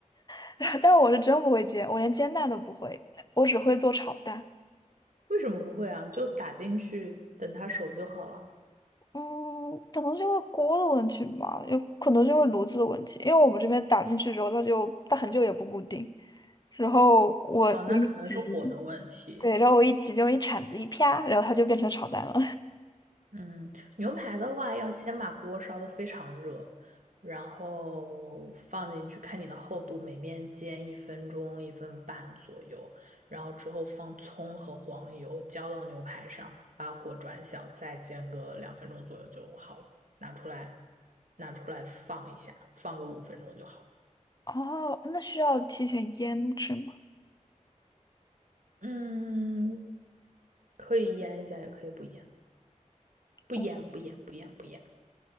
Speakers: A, on the left; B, on the right.
A: <laughs> 然后但我是真不会煎，我连煎蛋都不会，我只会做炒蛋。
B: 为什么不会啊？就打进去，等它熟就好了。
A: 嗯，可能是因为锅的问题吧，有可能是因为炉子的问题，因为我们这边打进去之后，它就它很久也不固定，然后我我一急，
B: 哦，那可能是火的问题。
A: 对，然后我一急就一铲子一啪，然后它就变成炒蛋了。
B: 嗯，牛排的话要先把锅烧得非常热，然后放进去，看你的厚度，每面煎一分钟、一分半左右，然后之后放葱和黄油浇到牛排上，把火转小，再煎个两分钟左右就好了。拿出来，拿出来放一下，放个五分钟就好了。
A: 哦，那需要提前腌制吗？
B: 嗯，可以腌一下，也可以不腌，不腌，
A: 哦
B: 不腌，不腌，不腌。